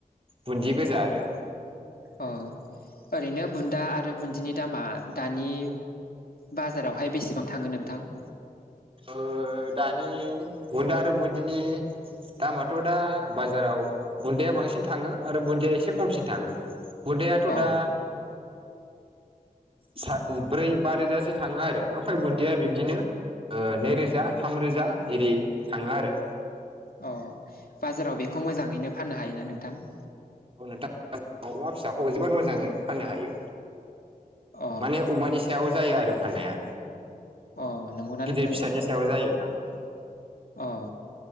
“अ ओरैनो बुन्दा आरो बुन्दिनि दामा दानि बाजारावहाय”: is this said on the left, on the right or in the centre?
Left